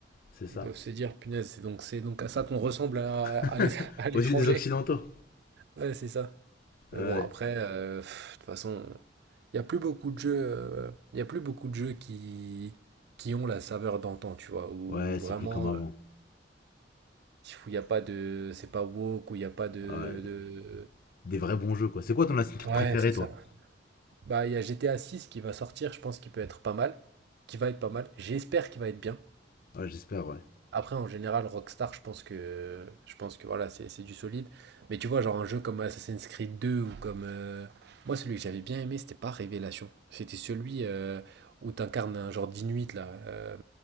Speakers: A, on the left; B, on the right.
A: C'est ça.
B: Ils doivent se dire, punaise, c'est donc, c'est donc à ça qu'on ressemble à,
A: <laughs>
B: à l'é- <laughs> à l'étranger.
A: Aux yeux des Occidentaux.
B: Ouais, c'est ça. Mais
A: Ouais. Ouais,
B: bon, après, euh, pff, de toute façon, il y a plus beaucoup de jeux, euh, il y a plus beaucoup de jeux qui, qui ont la saveur d'antan, tu vois, ou
A: Ouais,
B: vraiment.
A: c'est plus comme avant.
B: euh, où il n'y a pas de. C'est pas woke, où il n'y a pas de,
A: Ouais.
B: de-
A: Des vrais bons jeux, quoi. C'est quoi ton Assassin's Creed
B: Ouais,
A: préféré,
B: c'est
A: toi
B: ça. Bah, il y a GTA 6 qui va sortir, je pense qu'il peut être pas mal. Qui va être pas mal. J'espère qu'il va être bien.
A: Ouais, j'espère, ouais.
B: Après, en général, Rockstar, je pense que. Je pense que voilà, c'est c'est du solide. Mais tu vois, genre un jeu comme Assassin's Creed 2 ou comme. euh, Moi, celui que j'avais bien aimé, c'était pas Révélation. C'était celui euh, où t'incarnes un genre d'Inuit, là. euh,